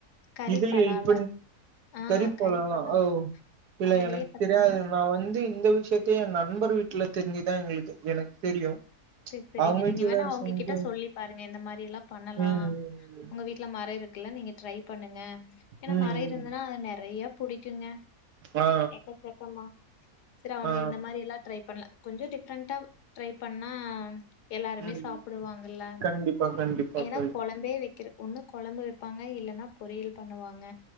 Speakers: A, on the left; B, on the right.
A: கறி
B: இதுலய
A: பலால.
B: இப்ப
A: ஆ
B: கறி போலலாம்
A: பலா.
B: ஓ இல்ல
A: அதுலயே
B: எனக்கு
A: பாத்தீங்கன்னா
B: தெரியாது நா வந்து இந்த விஷயத்தை தெ எ நண்பர் வீட்ல தெஞ்சுதா எங்களுக்கு எனக்கு தெரியு
A: செர் செரிங்க
B: அவங்க வீட்ல
A: நீங்க வேணா அவங்ககிட்ட
B: செஞ்சு
A: சொல்லி பாருங்க இந்த மாரில்லா பண் ணலா
B: ம்
A: உங்க வீட்ல மர இருக் ட்ல நீங்க ட்ரை பண்ணுங்க ஏனா
B: ம் ம்
A: மர இருந்துனா அது நெறைய புடிக்குங்க
B: ஆ
A: எக்கச்சக்கமா சரி அவங்க
B: ஆ ஆ
A: இந்த மாரி எல்லா ட்ரை பண்ல கொஞ்சோ டிஃப்ரெண்டாவ் ட்ரை பண்ணா எல்லாருமே
B: ம்
A: சாப்புடுவாங்கல்ல
B: கண்டிப்பா கண்டிப்பா
A: ஏன்னா
B: தோழி
A: கொழம்பே வெக்கிறக்கொன்னு கொழம்பு வெப்பாங்க இல்லன்னா பொரியல் பண்ணுவாங்க